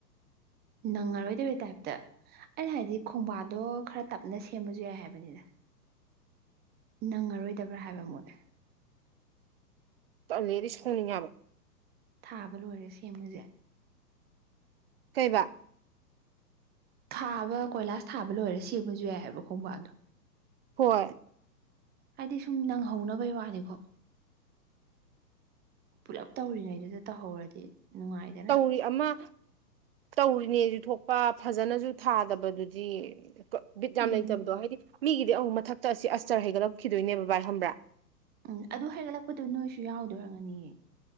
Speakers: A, on the right; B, on the right.
A: ꯅꯪꯉꯔꯣꯏꯗꯔꯣꯏ ꯇꯥꯏꯞꯇ ꯑꯩꯅ ꯍꯥꯏꯗꯤ ꯈꯣꯡꯕꯥꯗꯣ ꯈꯔ ꯇꯞꯅ ꯁꯦꯝꯃꯁꯨ ꯌꯥꯏ ꯍꯥꯏꯕꯅꯤꯗ ꯅꯪꯉꯔꯣꯏꯗꯕ꯭ꯔꯥ ꯍꯥꯏꯕ ꯃꯣꯠꯂꯦ
B: ꯂꯩꯔꯤꯁꯉꯕ
A: ꯊꯥꯕ ꯂꯣꯏꯔꯦ ꯁꯦꯝꯃꯨꯁꯦ
B: ꯀꯩꯕ
A: ꯊꯥꯕ ꯀꯣꯏꯂꯥꯁ ꯊꯥꯕ ꯂꯣꯏꯔꯒ ꯁꯦꯝꯕꯁꯨ ꯌꯥꯏꯑꯕ ꯈꯣꯡꯕꯥꯟꯗꯣ
B: ꯍꯣꯏ
A: ꯍꯥꯏꯗꯤ ꯁꯨꯝ ꯅꯪꯍꯧꯅꯕꯩ ꯋꯥꯅꯤꯀꯣ ꯄꯨꯜꯂꯞ ꯇꯧꯔꯤꯉꯩꯗꯨꯗ ꯇꯧꯍꯧꯔꯗꯤ ꯅꯨꯡꯉꯥꯏꯗꯅ
B: ꯄꯨꯏ ꯑꯃ ꯇꯧꯔꯤꯅꯦꯁꯨ ꯊꯣꯛꯄ ꯐꯖꯅꯁꯨ ꯊꯥꯗꯕꯗꯨꯗꯤ ꯕꯤꯠ ꯌꯥꯝ
A: ꯎꯝ
B: ꯂꯩꯇꯕꯗꯣ ꯍꯥꯏꯗꯤ ꯃꯤꯒꯤꯗꯤ ꯑꯃꯨꯛ ꯃꯊꯛꯇ ꯑꯁꯤ ꯑꯁꯇꯔ ꯍꯩꯒꯠꯂꯛꯈꯤꯗꯣꯏꯅꯦꯕ ꯚꯥꯏ ꯈꯪꯕ꯭ꯔꯥ
A: ꯎꯝ ꯑꯗꯨ ꯍꯥꯏꯒꯠꯂꯛꯄꯗꯨ ꯅꯣꯏꯁꯨ ꯌꯥꯎꯗꯣꯏ ꯑꯣꯏꯔꯝꯒꯅꯤꯌꯦ